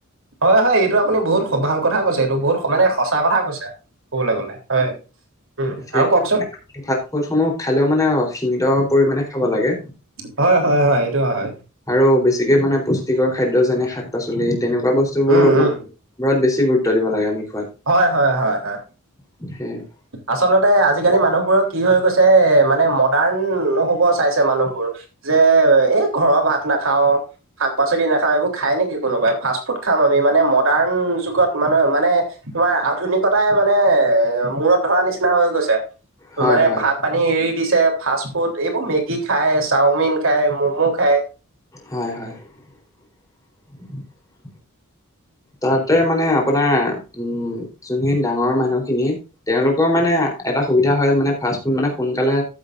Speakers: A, on the right (about 65°); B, on the left (about 15°).
A: হয় হয়, এইটো আপুনি বহুত ভাল কথা কৈছে, এইটো বহুত মানে সঁচা কথা কৈছে। কবলৈ গলে হয়। উম,
B: সেই
A: আৰু কওকচোন
B: ফাষ্ট ফুডসমূহ খালেও মানে সীমিত পৰিমাণে খাব লাগে।
A: হয় হয় হয়, এইটো হয়।
B: আৰু বেছিকে মানে পুষ্টিকৰ খাদ্য যেনে শাক পাচলি তেনেকুৱা বস্তুবোৰ
A: উম
B: মানে
A: উম
B: বোৰত বেছি গুৰুত্ব দিব লাগে আমি খোৱাত।
A: হয় হয় হয় হয়।
B: <unintelligible>
A: আচলতে আজিকালি মানুহবোৰৰ কি হৈ গৈছে, মানে মডাৰ্ণ হব চাইছে মানুহবোৰ। যে এই ঘৰৰ ভাত নাখাও শাক পাচলি নাখাও এইবোৰ খাই নেকি কোনোবাই, ফাষ্ট ফুড খাম আমি মানে মডাৰ্ণ যুগত মানে-মানে তোমাৰ আধুনিকতাই মানে মূৰত ধৰা নিচিনা হৈ গৈছে
B: হয়
A: মানে
B: হয়
A: ভাত পানী এৰি দিছে, ফাষ্ট ফুড এইবোৰ মেগী খায়, চাওমিন খায়, ম'ম' খায়।
B: হয় হয়। <inaudible> তাহাতে মানে আপোনাৰ উম, যোনখিনি ডাঙৰ মানুহখিনি তেওঁলোকৰ মানে এটা সুবিধা হয় মানে ফাষ্ট ফুড মানে সোনকালে